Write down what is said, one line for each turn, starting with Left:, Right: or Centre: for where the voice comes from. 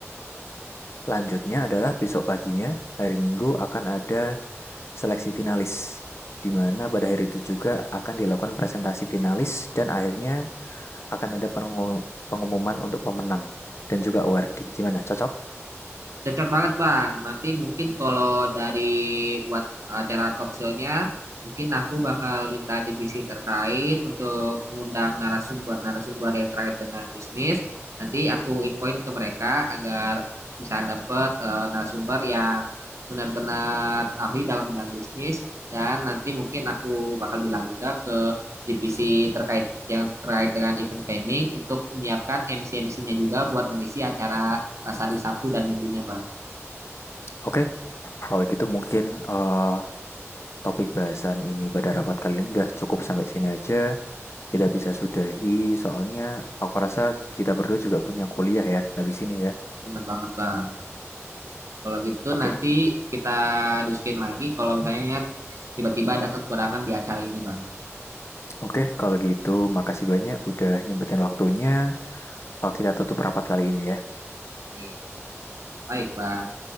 Left: Lanjutnya adalah besok paginya, hari Minggu akan ada seleksi finalis, di mana pada hari itu juga akan dilakukan presentasi finalis dan akhirnya akan ada pengumuman untuk pemenang dan juga awarding. Gimana? Cocok?
Right: Cocok banget Bang. Nanti mungkin kalau dari buat acara talk show-nya, mungkin aku bakal minta divisi terkait untuk mengundang narasumber-narasumber yang terkait dengan bisnis. Nanti aku infoin ke mereka agar bisa dapat eh, narasumber yang benar-benar ahli dalam bidang bisnis. Dan nanti mungkin aku bakal bilang juga ke divisi terkait yang terkait dengan event planning untuk menyiapkan MC-MC-nya juga buat mengisi acara pas hari Sabtu dan Minggunya, Bang.
Left: Oke. Kalau gitu mungkin eh, topik bahasan ini pada rapat kali ini udah cukup sampai sini aja. Kita bisa sudahi soalnya aku rasa kita berdua juga punya kuliah ya habis ini ya.
Right: Bener banget bang. Kalau gitu
Left: Oke.
Right: nanti kita diskusin lagi kalau misalnya tiba-tiba ada kekurangan di acara ini bang.
Left: Oke, kalau gitu makasih banyak udah nyempetin waktunya. Eh, kita tutup rapat kali ini ya.
Right: Oke. Baik bang.